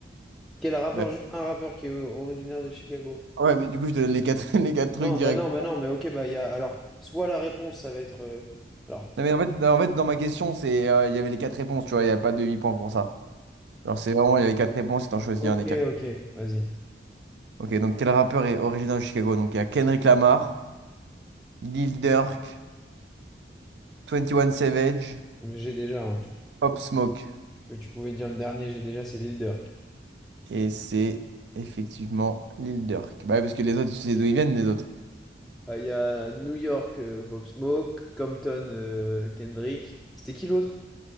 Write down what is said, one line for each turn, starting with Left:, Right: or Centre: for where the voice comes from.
Centre: quel rappeur,
Right: Ouais,
Centre: juste un rappeur qui est o- originaire de Chicago.
Right: Ah Ouais, mais du coup, je te donne les quatre, <laughs> les quatre trucs
Centre: Non,
Right: direct.
Centre: bah non, bah non, mais ok, bah il y a, alors, soit la réponse, ça va être, euh, alors,
Right: Non, mais en fait, non, en fait, dans ma question, c'est, euh, il y avait les quatre réponses, tu vois, il n'y a pas de demi-point pour ça. Alors, c'est vraiment, il y avait quatre réponses et t'en choisis
Centre: ok,
Right: un des quatre.
Centre: ok, vas-y,
Right: Ok, donc quel rappeur est originaire de Chicago? Donc, il y a Kendrick Lamar, Lil Durk, 21 Savage,
Centre: j'ai déjà, hein, tu-
Right: Pop Smoke.
Centre: Que tu pouvais dire le dernier, j'ai déjà, c'est Lil Durk.
Right: Et c'est effectivement Lil Durk. Bah ouais, parce que les autres, tu sais d'où ils viennent, les autres.
Centre: Euh, Il y a New York, euh, Pop Smoke, Compton, euh, Kendrick. C'était qui l'autre?